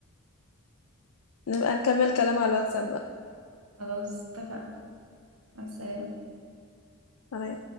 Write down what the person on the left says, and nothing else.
نبقى نكمل كلام على الواتساب بقى
سلام.